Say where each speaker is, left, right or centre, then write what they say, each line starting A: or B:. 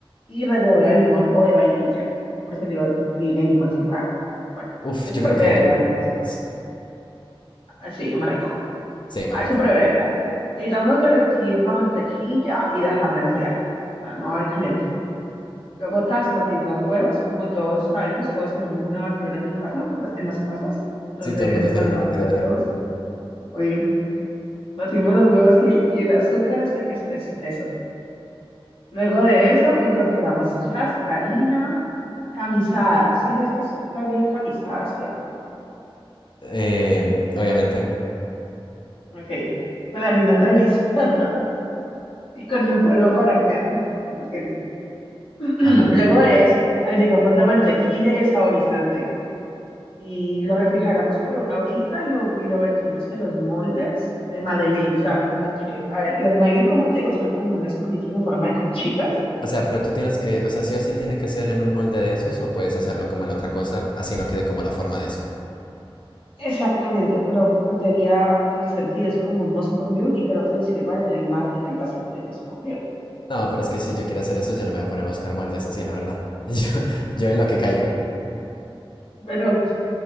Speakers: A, on the left; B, on the left.
A: y ralladura de limón o de vainilla. Es lo preferible, preferible de limón así rara. Bueno,
B: Uf,
A: es súper
B: yo creo
A: breve,
B: que de limón
A: la verdad.
B: más.
A: Así, más rico.
B: Sí, más
A: A ver,
B: rico.
A: súper breve, mira. Necesitamos derretir la mantequilla y dejarla enfriar. O sea, no hay calentar Luego tas, batís los huevos, como todos sabemos, todos tenemos una batidora en mi casa, en las en las casas. Entonces
B: Sí, todo el mundo tiene
A: batimos
B: una batidora.
A: los huevos, obvio. Batimos los huevos y, y el azúcar hasta que esté espeso. Luego de eso incorporamos chas, la harina tamizada. Sí sabes que es la harina tamizada, ¿cierto?
B: Eh, obviamente.
A: Ok, con la harina tamizada y con el polvo para hornear. <clears throat> Lo siento. <clears throat> Luego
B: Ajá.
A: de eso agregamos la mantequilla y el saborizante. y lo refrigeramos por una horita y lo, y lo vertimos en los moldes de Madeleine. O sea, como que, a ver, las Madeleine, como te digo, son como unas cositas en forma de conchitas.
B: O sea, pero tú tienes que, o sea, sí o sí tiene que ser en un molde de esos o puedes hacerlo como en otra cosa, así no quede como la forma de eso.
A: Exactamente, pero perdería el sentido. Es como un Moscow Mule y que no te lo sirvan en el, ma- en el vasito de Moscow Mule.
B: No, pero es que si yo quiero hacer eso, yo no me voy a poner a buscar moldes así, la verdad. <laughs> Yo, yo en lo que caiga.
A: Pero